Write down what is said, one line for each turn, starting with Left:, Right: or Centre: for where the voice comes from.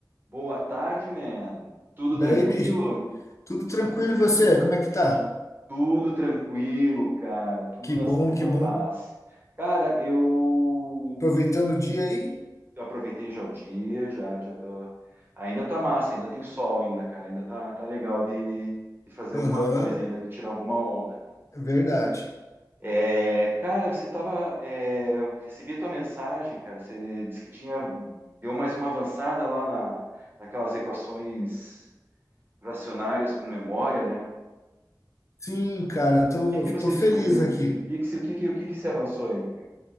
Right: Boa tarde, man. Tudo
Left: Daí,
Right: tranquilo?
Left: bicho, tudo tranquilo e você? Como é que tá?
Right: Tudo tranquilo, cara. Tudo
Left: Que
Right: na
Left: bom,
Right: santa
Left: que bom.
Right: paz. Cara, eu
Left: Aproveitando o dia aí?
Right: aproveitei já o dia, já já tô. Ainda tá massa, ainda tem sol ainda, cara. Ainda tá, tá legal de, de fazer
Left: Aham,
Right: alguma coisa ainda, de tirar alguma onda.
Left: é verdade.
Right: É, cara, você tava. é, eu recebi a tua mensagem, cara. Você disse que tinha. Deu mais uma avançada lá na, naquelas equações fracionárias com memória, né?
Left: Sim, cara, tô,
Right: que que você
Left: tô feliz
Right: descobriu?
Left: aqui.
Right: O que que, se- o que, que, o que que se avançou aí? cara?